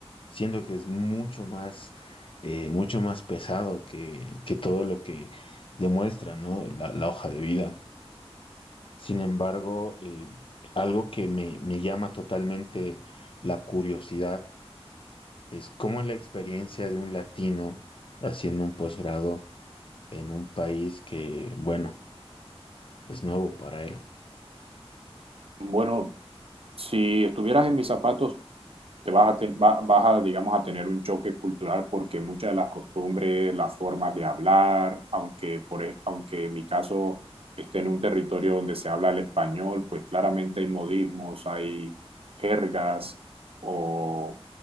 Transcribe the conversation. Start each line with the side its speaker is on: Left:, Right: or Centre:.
Left: siento que es mucho más, eh, mucho más pesado que, que todo lo que demuestra, ¿no? La, la hoja de vida. Sin embargo, eh, algo que me, me llama totalmente la curiosidad es cómo es la experiencia de un latino haciendo un posgrado en un país que, bueno, es nuevo para él.
Right: Bueno, si estuvieras en mis zapatos, te vas a, te va- vas a, digamos, a tener un choque cultural porque muchas de las costumbres, las formas de hablar, aunque, por, e- aunque en mi caso esté en un territorio donde se habla el español, pues claramente hay modismos, hay jergas o,